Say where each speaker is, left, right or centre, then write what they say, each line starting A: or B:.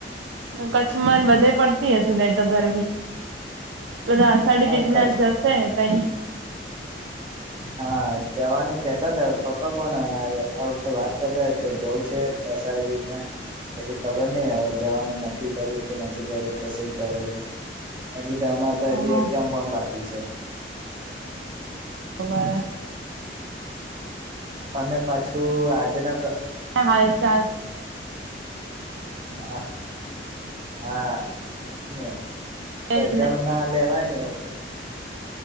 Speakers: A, on the right; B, on the right.
A: કચ્છમાં વધારેપડતી હશે નઈ તો ગરમી બધા સાડી
B: હા
A: બિઝનેસ
B: કચ્છ
A: જશે તોહી
B: હા જવાનું કેતા હતા પપ્પા પણ આ વખતે વાત કરતા કે જવું છે સાડી બીજને પછી ખબર નહી હવે જવાનું નક્કી કર્યું કે નથી કર્યું કે શું કર્યું હજી તો અરે તો
A: હા.
B: હજી એક્ઝામ પણ બાકી છે
A: બવારા
B: અને પાછું આજેના
A: હાલ ચાલ
B: હા હા એજ ને
A: એજ
B: એક્ઝામ
A: ને
B: ના લેવાય ને